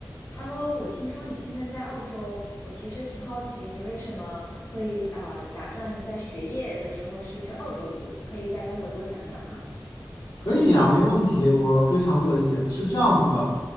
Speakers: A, on the left; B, on the left.
A: 哈喽，我听说你现在在澳洲，我其实挺好奇你为什么会呃打算在学业的时候是去澳洲读，可以再跟我多讲讲吗？
B: 可以呀，没问题，我非常乐意。是这样子的，